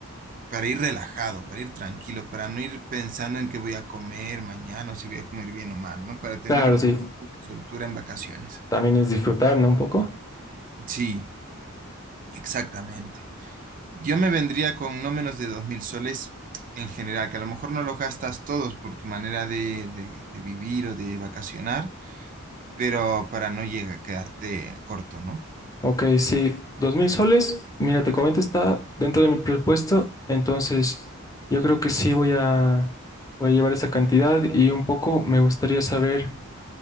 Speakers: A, on the right; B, on the left.
A: para ir relajado, para ir tranquilo, para no ir pensando en qué voy a comer mañana o si voy a comer bien o mal, ¿no? Para tener
B: claro,
A: un
B: sí.
A: poquito de soltura en vacaciones.
B: También es disfrutar, ¿no? Un poco.
A: Sí, exactamente. Yo me vendría con no menos de dos mil soles en general, que a lo mejor no los gastas todos por tu manera de, de- de vivir o de vacacionar, pero para no llegar a quedarte corto, ¿no?
B: Ok, sí. Dos mil soles, mira, te comento, está dentro de mi presupuesto. Entonces, yo creo que sí voy a, voy a llevar esa cantidad y un poco me gustaría saber.